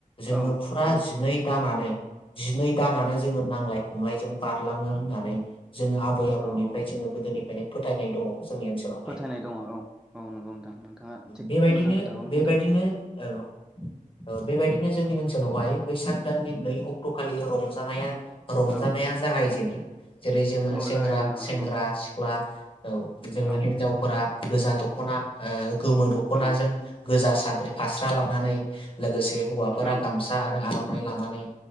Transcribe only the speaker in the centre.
औ
हो
औ औ औ
फोथायनाय दङ औ। औ नंगौ नोंथां नोंथाङा थिग
मोजां खोथाखौनो
बुंदों।
औ
औ
जागायजेनो औ
नंगौ
औ
औ
औ